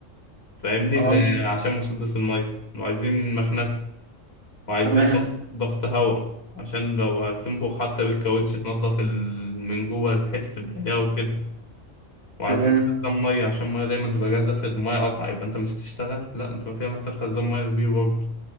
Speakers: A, on the left; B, on the right.
A: فاهمني
B: اه
A: ل- عشان مسدس المية وعايزين مكنسة وعايزين
B: تمام
A: ضغط ضغط هواء عشان لو هتنفخ حتى بالكاوتش تنضف ال- من جوه حتة الضيقة وكده وعايزين
B: تمام
A: خزان مية عشان المية دايما تبقى جاهزة في المية قطع يبقى انت مش هتشتغل لا انت ما فيها محتاج خزان مية كبير برضه